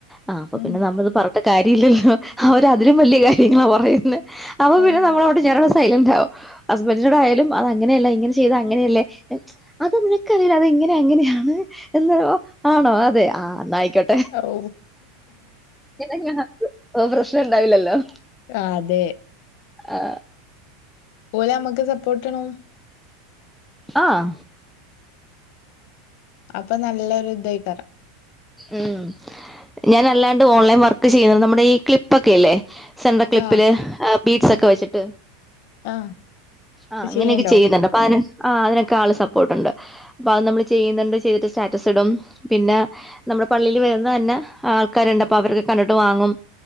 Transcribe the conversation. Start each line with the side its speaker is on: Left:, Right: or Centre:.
Centre: ആ അപ്പൊ
Left: ഉം
Centre: പിന്നെ നമ്മള ഇത് പറഞ്ഞട്ട കാര്യ ഇല്ലല്ലോ അവരതിലും വലിയ കാര്യങ്ങളാ പറയുന്നത് അപ്പ
Left: ഏഹ്
Centre: പിന്നെ നമ്മള ഞാനവിടെ സൈലന്റ് ആാവോ ഹസ്ബന്ഡറിിനോട് ആയാലും അത് അങ്ങനെയല്ല ഇങ്ങനെ ചെയ്ത് അങ്ങനെയല്ലേ അത നിനക്കറിയില്ല അത് ഇങ്ങനെ അങ്ങനെയാണ് എന്നോ ആണോ അതെ ആ ന്നായിക്കോട്ടെ
Left: ഔ
Centre: ഇങ്ങനെ പ്രശ്നം ഉണ്ടാവില്ലല്ലോ
Left: ആ അതെ
Centre: ആ
Left: ഓലെ നമ്മുക്ക് സപ്പോർട്ട്ടാണം
Centre: ആഹ
Left: അപ്പൊ നല്ലൊരു ഇതായികാരം
Centre: ഉം ഞാൻല്ലാണ്ട് ഓൺലൈൻ വർക്ക് ചെയ്യുന്നു നമ്മുടെ ഈ ക്ലിപ്പൊക്കെല്ലേ സെൻട്ര ക്ലിപ്പില്
Left: ആഹ്
Centre: ബീറ്റ്സ്
Left: ഉം
Centre: ഒക്കെ വെച്ചിട്ട്
Left: ആഹ്
Centre: ആ
Left: അത്
Centre: അങ്ങനെയൊക്കെ
Left: ചെയ്യണ്ടോ
Centre: ചെയ്യുന്നുണ്ട് <unintelligible> ആ് അതിനൊക്കെ ആള് സപ്പോർട്ട്ണ്ട് അപ്പൊ അത് നമ്മള് ചെയ്യുന്നുണ്ട് ചെയ്തിട്ട് സ്റ്റാറ്റസ് ഇടും പിന്നെ നമ്മുടെ പള്ളിയിൽ വരുന്ന തന്നെ ആൾക്കാരുണ്ട് അപ്പൊ അവരൊക്കെ കണ്ടിട്ട് വാങ്ങും